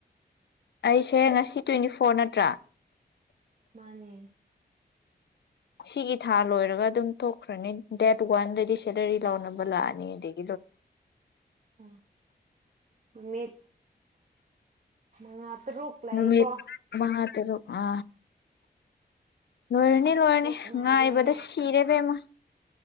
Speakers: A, on the left; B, on the right.
A: ꯑꯩꯁꯦ ꯉꯁꯤ ꯇ꯭ꯋꯦꯟꯇꯤ ꯐꯣꯔ ꯅꯠꯍꯇ꯭ꯔꯥ
B: ꯃꯥꯅꯦ
A: ꯁꯤꯒꯤ ꯊꯥ ꯂꯣꯏꯔꯒ ꯑꯗꯨꯝ ꯊꯣꯛꯈ꯭ꯔꯅꯤ ꯗꯦꯠ ꯋꯥꯟꯗꯗꯤ ꯁꯦꯂꯔꯤ ꯂꯥꯎꯔꯕ ꯂꯥꯛꯑꯅꯤ ꯑꯗꯨꯗꯒꯤ
B: ꯎꯝ ꯃꯤꯠ ꯃꯉꯥ ꯇꯔꯨꯛ ꯂꯏ
A: ꯅꯨꯃꯤꯠ
B: ꯀꯣ
A: ꯃꯉꯥ ꯇꯔꯨꯛ ꯑ ꯂꯣꯏꯔꯅꯤ ꯂꯣꯏꯔꯅꯤ
B: ꯇꯔꯨꯛ ꯉꯥꯏꯔꯦ
A: ꯉꯥꯏꯕꯗ ꯁꯤꯔꯦꯕꯦꯝꯃ